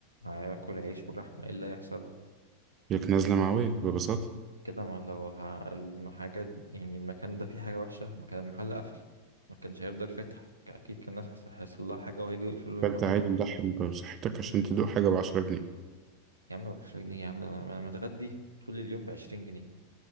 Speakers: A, on the right; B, on the right.
A: هاكل عيش ولحمه ايه اللي هيحصل
B: لك نزلة معوية ببساطة
A: كده ما لو ه- الحاجات يعني المكان ده فيه حاجه وحشه مكان المحل قفل ما كانش هيفضل فاتح اكيد كان الناس هيحص- هيحصل لها حاجه وهيجوا يقفلوا
B: فأنت
A: المحل
B: عادي مضحي بصحتك عشان تدوق حاجة بعشرة جنيه
A: يا عم ب 10 جنيه يا عم ده انا أنا متغدي طول اليوم ب 20 جنيه